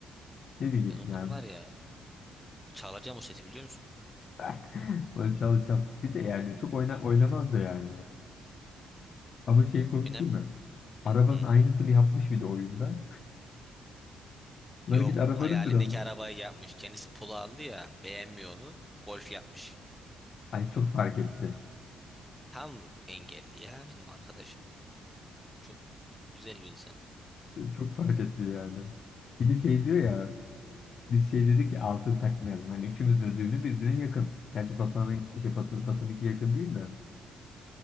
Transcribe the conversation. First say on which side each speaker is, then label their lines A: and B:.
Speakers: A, on the left; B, in the centre.
A: Ne diyeceksin
B: Ben ondan
A: abi?
B: var ya çalacağım o seti biliyor musun?
A: <laughs> Böyle çalı çal. Bir de yani çok oyna, oynamaz da yani. Ama şey komik
B: Önem.
A: değil mi? Arabanın
B: Hı.
A: aynısını yapmış bir de oyunda. Lan
B: Yok
A: git arabanı
B: hayalindeki
A: sür ama.
B: arabayı yapmış. Kendisi polo aldı ya beğenmiyor onu. Golf yapmış.
A: Ay çok fark etti.
B: Tam engelli ya benim arkadaşım. Çok güzel bir insan.
A: Çok fark etti yani. Bir de şey diyor ya. Biz şey dedik ki altın takmayalım. Hani üçümüz de düğünü birbirine yakın. Gerçi Batuhan'ın şey Batı, Batı'nınki yakın değil de.